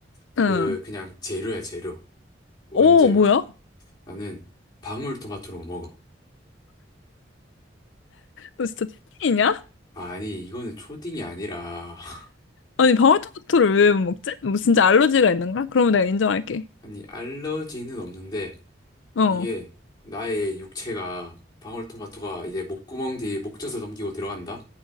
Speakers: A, on the left (about 25°); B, on the left (about 80°).
A: 그
B: 응.
A: 그냥 재료야 재료 원재료
B: 오, 뭐야?
A: 나는 방울토마토로 못 먹어
B: 너 진짜 특이냐
A: 아니 이거는 초딩이 아니라 <laughs>
B: 아니, 방울토마토를 왜 못 먹지? 뭐 진짜 알러지가 있는 거야? 그러면 내가 인정할게.
A: 아니 알러지는 없는데
B: 어,
A: 이게 나의 육체가 방울토마토가 이제 목구멍 뒤 목젖을 넘기고 들어간다